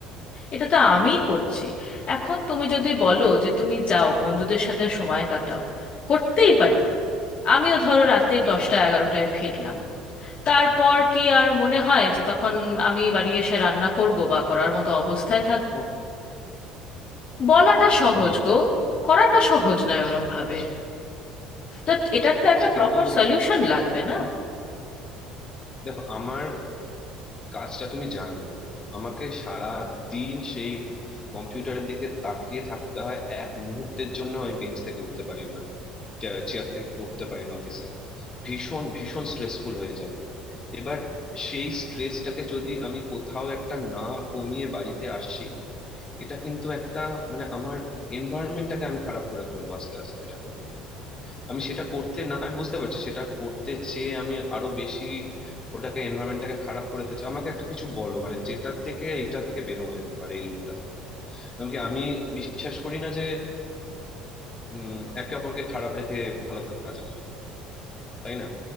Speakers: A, on the left; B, on the left.
A: এটা তো আমিই করছি এখন তুমি যদি বলো যে তুমি যাও বন্ধুদের সাথে সময় কাটাও করতেই পারি আমিও ধরো রাতের দশটা এগারোটায় ফিরলাম তারপর কি আর মনে হয় যে তখন আমি বাড়ি এসে রান্না করব বা করার মতো অবস্থায় থাকব বলাটা সহজ
B: হুম
A: গো করাটা সহজ নয়
B: বুঝতে
A: ওরম ভাবে
B: পেরেছি
A: তো
B: বুঝতে
A: এটার তো
B: পেরেছি
A: একটা
B: কিন্তু
A: প্রপার সলিউশন লাগবে না
B: দেখো আমার কাজটা তুমি জানো আমাকে সারা দিন সেই কম্পিউটারের দিকে তাকিয়ে থাকতে হয় এক মুহূর্তের জন্য আমি বেঞ্চ থেকে উঠতে পারি না চেয়ার থেকে উঠতে পারি না অফিসে ভীষণ ভীষণ স্ট্রেসফুল হয়ে যায় এবার সেই স্ট্রেসটাকে যদি আমি কোথাও একটা না কমিয়ে বাড়িতে আসি এটা কিন্তু একটা মানে আমার এনভায়রনমেন্টটাকে আমি খারাপ করে ফেলবো আস্তে আস্তে এটা করলে আমি সেটা করতে না আমি বুঝতে পারছি সেটা করতে চেয়ে আমি আরো বেশি ওটাকে এনভায়রনমেন্টটাকে খারাপ করে ফেলছি আমাকে একটা কিছু বলো মানে যেটা থেকে এটা থেকে বেরোনো যেতে পারে এই লুপটা থেকে কারণ কি আমি বিশ্বাস করি না যে উম একে অপরকে খারাপ রেখে ভালো থাকা যায় তাই না